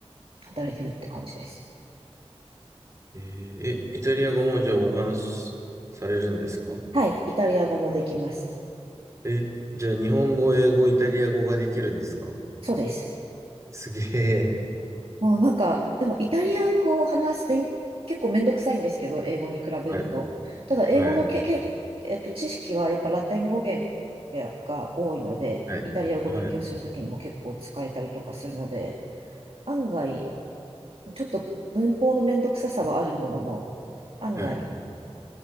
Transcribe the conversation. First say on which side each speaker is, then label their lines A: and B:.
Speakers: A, on the right (about 60°); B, on the right (about 30°).
A: 働いてるって感じです。
B: えーえイタリア語もじゃあお話しされるんですか
A: はい、イタリア語もできます。
B: え、じゃあ日本語、英語、イタリア語ができるんですか
A: そうです。
B: すげえ。
A: もうなんか、でもイタリア語を話す勉結構めんどくさいんですけど、英語に比べると。
B: はい、
A: ただ、
B: はい、
A: 英語のけ、け、えっと、知識はやっぱラテン語源が多いので、
B: はい、
A: イタリア語勉強するときにも結構使えたりとかするので、
B: はい、
A: 案外、ちょっと文法のめんどくささはあるものの、案外、
B: はい、